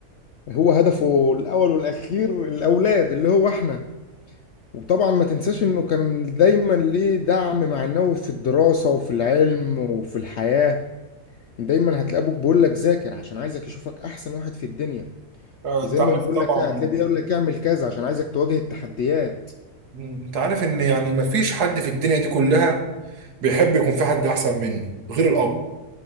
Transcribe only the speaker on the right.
آه،
انت عارف
طبعا
يعني
م- انت عارف ان يعني ما فيش حد في الدنيا دي كلها بيحب يكون في حد احسن منه غير الاب